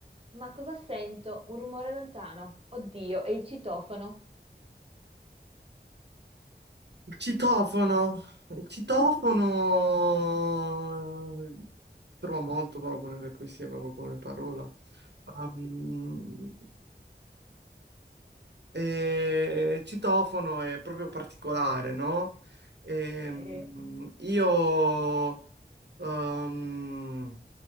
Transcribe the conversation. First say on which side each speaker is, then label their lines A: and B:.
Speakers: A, on the right (about 30°); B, on the right (about 70°).
A: Ma cosa sento? Un rumore lontano. Oddio, è il citofono.
B: Il citofono, il citofono
A: <laughs>
B: eh, trova molto proprio nelle poesie, proprio come parola. Um, e il citofono è proprio particolare, no? Ehm,
A: Sì.
B: io, um,